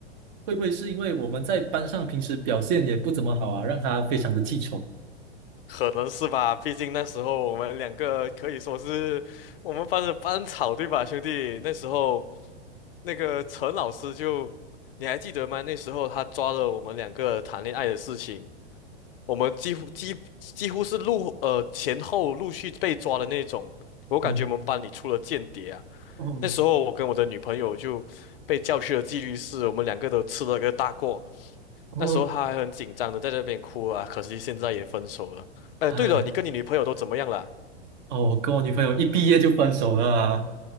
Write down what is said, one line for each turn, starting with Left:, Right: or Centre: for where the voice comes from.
Right: 会不会是因为我们在班上平时表现也不怎么好啊，让他非常的记仇？
Left: 可能是吧，毕竟那时候我们两个可以说是我们班的班草，对吧，兄弟？那时候。那个陈老师就，你还记得吗？那时候他抓了我们两个谈恋爱的事情，我们几乎几几乎是陆呃前后陆续被抓的那种。我感觉我们班里出了间谍啊！
Right: 我哦
Left: 那时候我跟我的女朋友就被叫去了纪律室，我们两个都吃了个大过。
Right: 哦，
Left: 那时候他还很紧张的在那边哭啊，可惜现在也分手了。哎，
Right: 哎
Left: 对了，你跟你女朋友都怎么样了？
Right: 哦，我跟我女朋友一毕业就分手了啊！